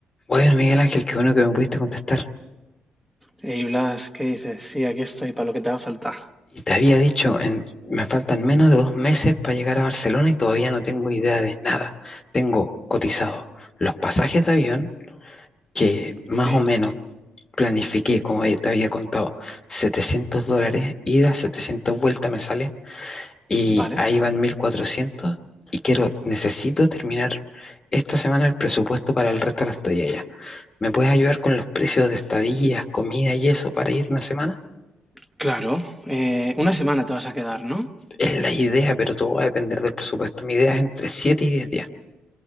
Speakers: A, on the left; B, in the centre.
A: Bueno, Miguel Ángel, qué bueno que me pudiste contestar.
B: Y Blas, ¿qué dices? Sí, aquí estoy para lo que te haga falta.
A: Y te había dicho, en- me faltan menos de dos meses para llegar a Barcelona y todavía no tengo idea de nada. Tengo cotizado los pasajes de avión, que más
B: Ok,
A: o menos planifiqué, como te había contado, 700 dólares, ida, 700 vuelta me sale, y
B: vale.
A: ahí van mil cuatrocientos y quiero, necesito terminar esta semana el presupuesto para el resto de la estadía ya. ¿Me puedes ayudar con los precios de estadías, comida y eso para ir una semana?
B: Claro, eh, una semana te vas a quedar, ¿no?
A: Es la idea, pero todo va a depender del presupuesto. Mi idea es entre siete y diez días.